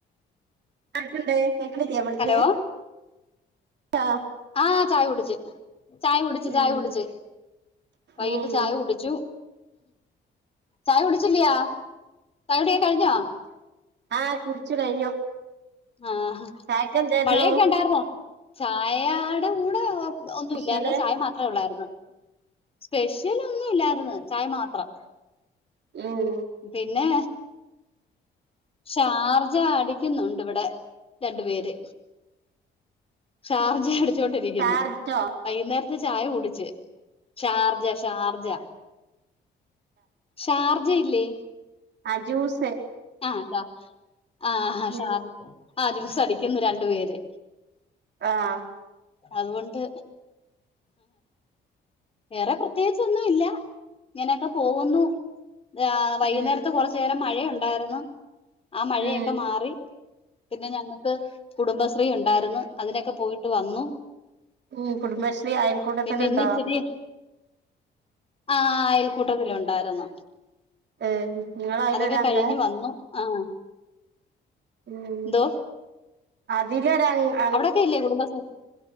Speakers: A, on the right; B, on the left.
A: ആഹ് കേക്കണണ്ട് കേക്ക്ണ്ല്ലേ ഇവ്ട്ന്ന്
B: ഹലോ
A: ആ
B: ആഹ് ചായ കുടിച്ചു ചായ കുടിച്ചു
A: ഉം
B: ചായ കുടിച്ച് വൈകിട്ട്
A: ഉം
B: ചായ കുടിച്ചു ചായ കുടിച്ചില്യാ ചായ കുടിയോകെ കഴിഞ്ഞോ
A: ആഹ് കുടിച്ചു കഴിഞ്ഞു
B: ആഹ്
A: ചായക്ക് എന്തായിരുന്നു
B: മഴയൊക്കെ ഉണ്ടായിരുന്നോ ചായ ടെ കൂടെ ഓ ഒന്നുഇല്ലായിരുന്നു
A: സ്പെഷ്യല്
B: ചായ മാത്രമേ ഉള്ളായിരുന്നു സ്പെഷ്യൽ ഒന്നും ഇല്ലായിരുന്നു ചായ മാത്രം
A: ഉം
B: പിന്നെ ഷാർജ അടിക്കുന്നുണ്ട് ഇവിടെ രണ്ടു പേര് ഷാർജ അടിച്ചൊണ്ടിരിക്കുന്നു
A: ചാർജോ
B: വൈകുന്നേരത്തെ ചായ കുടിച്ച് ഷാർജ ഷാർജ ഷാർജ ഇല്ലേ
A: ആഹ് ജ്യൂസ്
B: ആഹ് ദാ ആഹ് ആഹ്
A: ഉം
B: ഷാർ ആഹ് ജ്യൂസ അടിക്കുന്നു രണ്ടു പേര്
A: ആഹ്
B: അതുകൊണ്ട് വേറെ പ്രത്യേകിച്ച ഒന്നും ഇല്ല ഇങ്ങനൊക്കെ പോകുന്നു ആഹ് വൈകുന്നേരത്ത്
A: ഉം
B: കുറച്ചേരം മഴയുണ്ടായിരുന്നു ആഹ് മഴയൊക്കെ
A: ഉം
B: മാറി - പിന്നെ ഞങ്ങക്ക് കുടുംബശ്രീ ഉണ്ടായിരുന്നു അതിനൊക്കെ പോയിട്ട് വന്നു
A: ഉം കുടുംബശ്രീ അയൽക്കൂട്ടത്തിലുണ്ടോ
B: പിന്നെ ഇന്ന് ഇച്ചിരി ആഹ് അയൽക്കൂട്ടത്തിലു ഉണ്ടായിരുന്ന
A: ഏ നിങ്ങള് അയിലൊരങ്ക
B: അതൊക്കെ കഴിഞ്ഞ് വന്നു ആഹ്
A: ഉം
B: എന്തോ
A: അതിലൊരണ്ണം
B: അവിടെക്കെയില്ലേ കുടുംബശ്രീ